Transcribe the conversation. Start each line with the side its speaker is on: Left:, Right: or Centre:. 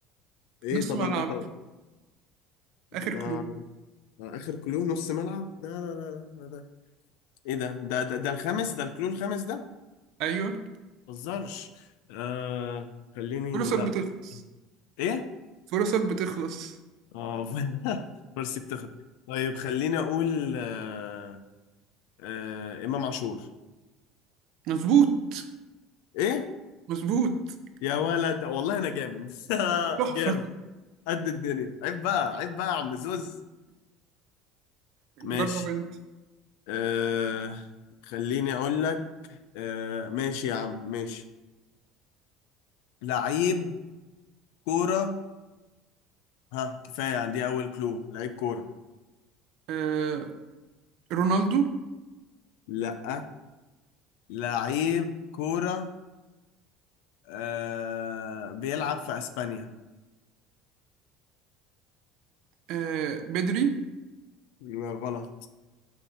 Left: ايه
Right: نص
Left: طبعا
Right: ملعب
Left: انت ما...
Right: آخر كلو
Left: ما اخر كلو نص ملعب ده لا لا لا ده ايه ده ده ده, ده الخامس ده الكلو الخامس ده
Right: أيوه
Left: متهزرش آه خليني
Right: فرصك
Left: لا
Right: بتخلص
Left: ايه
Right: فرصك بتخلص
Left: اه <laughs> مرسي بتخرج طيب خليني اقول آه آه امام عاشور
Right: مظبوط
Left: ايه
Right: مظبوط
Left: يا ولد والله انا جامد <laughs>
Right: تحفة
Left: جامد قد الدنيا عيب بقى عيب بقى يا عم زوز
Right: جرب
Left: ماشي
Right: أنت
Left: آه خليني اقول لك آه ماشي يا عم ماشي لعيب كورة ها كفاية دي اول كلو لعيب كورة
Right: آه رونالدو
Left: لا لعيب كورة آه بيلعب في اسبانيا
Right: آه بدري
Left: لا، غلط